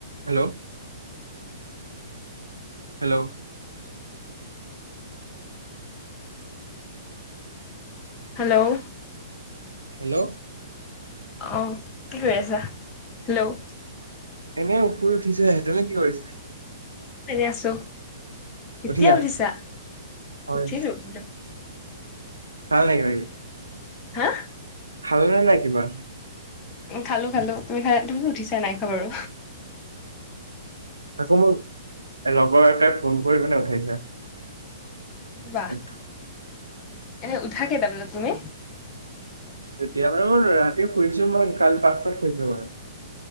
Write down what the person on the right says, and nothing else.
Hello hello
হেল্ল'
এনেই শুই উঠিছোহে, তুমি কি কৰিছা?
উঠিলা
হয়
<unintelligible>
খালানে নাই কিবা।
আকৌ মোক লগৰ এটাই ফোন কৰি মানে উঠাইছে।
<unintelligible>
তেতিয়া বাৰু মোৰ, ৰাতি শুইছো মই কালি পাঁচটাত শুইছো মানে।